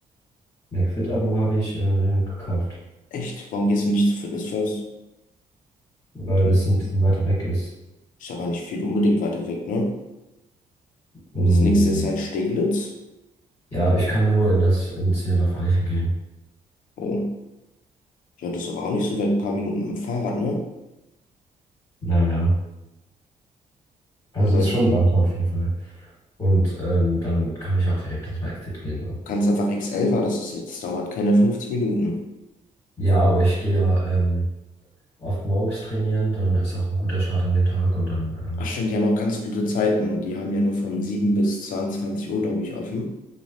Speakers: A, on the left; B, on the left.
A: McFit-Abo habe ich äh, gekauft,
B: Echt? Warum gehst du nicht zu Fitness First?
A: weil
B: Den
A: das ein bisschen weiter weg ist.
B: ist aber nicht viel unbedingt weiter weg, ne?
A: Hm.
B: So, Das nächste ist ja in Steglitz.
A: Ja, ich kann nur in das in 10 auf gehen.
B: Oh, ja, das ist aber auch nicht so weit. Ein paar Minuten mit dem Fahrrad, ne?
A: Naja, also
B: Und damit
A: ist schon weiter auf jeden Fall. Und ähm, dann kann ich auch direkt ins Maxfit gehen. So.
B: kannst du einfach XL war, das ist jetzt, das dauert keine 15 Minuten.
A: Ja, aber ich gehe ja ähm, oft morgens trainieren, dann ist auch ein guter Start in den Tag und dann, ähm,
B: Ach stimmt, die haben auch ganz blöde Zeiten. Die haben ja nur von 7 bis 22 Uhr, glaube ich, offen.